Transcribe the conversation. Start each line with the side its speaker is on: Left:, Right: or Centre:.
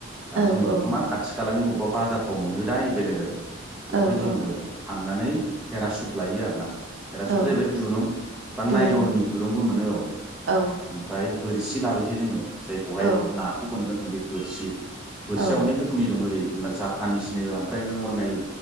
Centre: दा
Right: औ
Centre: जोंनि
Right: औ
Centre: बेखौ मा खाथि खालानि अबेबा बाजारफ्राव मोनो दा एभेलेबेल बेवहाय
Right: औ
Centre: जोङो
Right: औ
Centre: थांनानै पेराशुट लाययो आरोना पेरासुट
Right: औ
Centre: जाहैबाय दुरुं बा
Right: दुरुं
Centre: नाइलननि दुरुंबो मोनो औ
Right: औ
Centre: ओमफ्राय बोर बोरसि लाबायसै जोङो जायखौहाय
Right: औ
Centre: नाखौ बोनगोन जों बे बोरसि बोरसिया
Right: औ
Centre: अनेक रोखोमनि दं ओरै जापानिसनो ओमफ्राय नरमेल